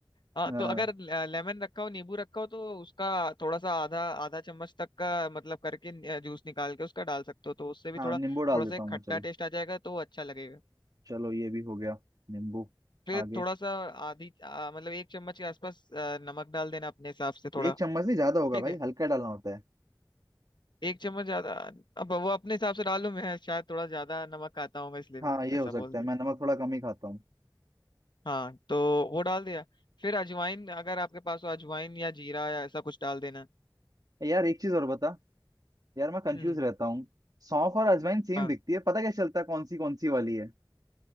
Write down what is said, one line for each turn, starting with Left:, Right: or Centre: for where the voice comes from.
Left: हाँ
Right: हाँ
Left: तो अगर लेमन रखा हो नींबू रखा हो तो उसका थोड़ा सा आधा आधा चम्मच तक का मतलब करके जूस निकाल के उसका डाल सकते हो तो उससे भी
Right: हाँ
Left: थोड़ा
Right: नींबू डाल
Left: थोड़ा
Right: देता
Left: सा एक
Right: हूँ
Left: खट्टा
Right: मैं चलो
Left: टेस्ट आ जाएगा तो अच्छा लगेगा
Right: चलो ये भी हो गया नींबू
Left: फिर
Right: आगे
Left: थोड़ा सा आधी आ, मतलब एक चम्मच के आसपास आ, नमक डाल देना अपने हिसाब से थोड़ा
Right: एक चम्मच नहीं ज्यादा होगा
Left: ठीक
Right: भाई
Left: है
Right: हल्का डालना होता है
Left: एक चम्मच ज्यादा अब वो अपने हिसाब से डालूं मैं शायद थोड़ा ज्यादा नमक खाता हूँ इसलिए
Right: हाँ
Left: मैं
Right: ये हो
Left: ऐसा
Right: सकता
Left: बोल दी
Right: है मैं नमक थोड़ा कम ही खाता हूँ
Left: हाँ तो वो डाल दिया फिर अजवाइन अगर आपके पास हो अजवाइन या जीरा या ऐसा कुछ डाल देना
Right: यार एक चीज और बता यार मैं कंफ्यूज
Left: हम्म
Right: रहता हूँ सौंफ और अजवाइन सेम
Left: हाँ
Right: दिखती है पता कैसे चलता है कौन सी कौन सी वाली है